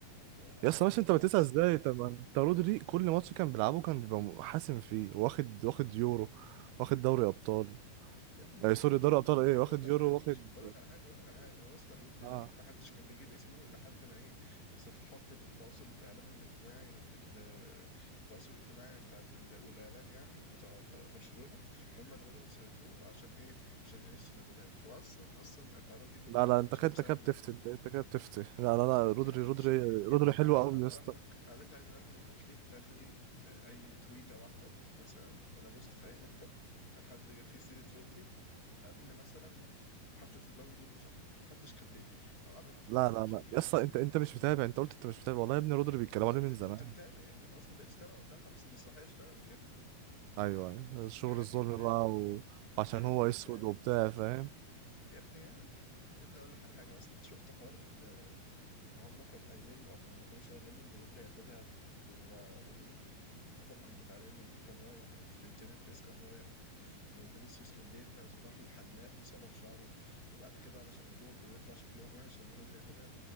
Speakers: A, on the left (about 20°); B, on the right (about 85°).
A: واربعه
B: يا اسطى ماشي
A: صناعه
B: انت بتسأل
A: مثلا
B: ازاي طب ما انت رودري كل ماتش كان بيلعبه كان بيبقى حاسم فيه واخد واخد يورو واخد دوري ابطال
A: يا ابني
B: آه،
A: يا
B: سوري
A: ابني
B: دوري
A: يا ابني
B: ابطال ايه
A: يا ابني
B: واخد
A: اقول لك
B: يورو
A: على حاجه
B: واخد
A: اقول لك على حاجه اقول لك على حاجه هو اصلا اللودري
B: اه
A: ده ما حدش كان بيجيب اسمه لحد ما ايه صفحات التواصل الاعلام الاجتماعي ال- التواصل الاجتماعي بتاعت ال- والاعلام يعني بتاع برشلونه هم اللي بداوا يسيطروا عشان ايه عشان فينيسيوس ما ياخدهاش واصلا اصلا الحوارات دي كلها
B: لا
A: كانت
B: لا انت
A: عشان
B: كده انت
A: بسبب
B: كده بتفتي انت انت كده بتفتي لا لا لا
A: يا ابني
B: رودري
A: ما حدش
B: رودري رودري
A: يا ابني
B: حلو
A: انا
B: قوي يا اسطى
A: اراهنك قال انت عايز هات لي هات لي هات لي آه، اي تويته واحده مثلا ولا بوست في اي حته كان حد جاب فيه سيره رودري قبل مثلا حفله البالون دور بشهر ما حدش كان بي او قبل حفله البالون
B: لا
A: دور
B: لا
A: بشهرين
B: لا يا اسطى انت انت مش متابع انت قلت انت مش متابع والله يا ابني رودري بيتكلموا
A: ما كنت
B: عليه من زمان
A: كنت متابع يا ابني خلاص ما بقتش تابع وقتها خلاص المسرحيه اشتغلت يا ابني
B: ايوه ايوه الشغل
A: الحاجات
B: الظلم
A: دي بتبان
B: بقى و... وعشان
A: الحاجات
B: هو
A: دي بتبان
B: اسود وبتاع فاهم
A: يا ابني يعني يا ابني اقول لك على حاجه اصلا انت شفت حوار ال- ان هم كانوا قايلين له يعني ما كانوش قايلين له ان رودري هياخدها و- والطاقم بتاع ريال مدريد كان رايح وفلورنتينو بريز كان رايح و- وفينيسيوس كان بيجهز وراح للحلاق وصبغ شعره وبعد كده علشان يروح ويطلع شكلهم وحش لما رودري ياخدها